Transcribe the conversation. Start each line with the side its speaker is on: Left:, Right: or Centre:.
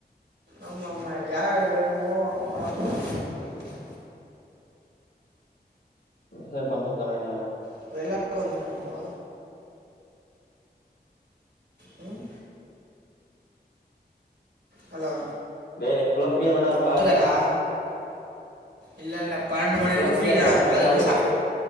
Right: ஆமா ஆமா ஏல்லு யாரன்னி வேணுமோ அவங்களா <unintelligible> பண்ணும் சொல்லுங்க
Left: ச பண்றது தானே நீயா
Right: அப்ப எல்லாருக்கு வந்துருமா அப்போ ம் ஹலோ
Left: டே இன்னிக்கி ஃபுலா ஃப்ரீயாதானே இருப்
Right: த்துதடா இல்ல இல்ல பன்னெண்டு
Left: நீ
Right: மணி
Left: ஃபுல்லா
Right: வரைக்கு
Left: ஃப்ரீயா
Right: ஃப்ரீ
Left: தான
Right: தா
Left: இருப்ப இல்ல
Right: அதுகப்ப
Left: வேலைக்கு
Right: சா
Left: போறியா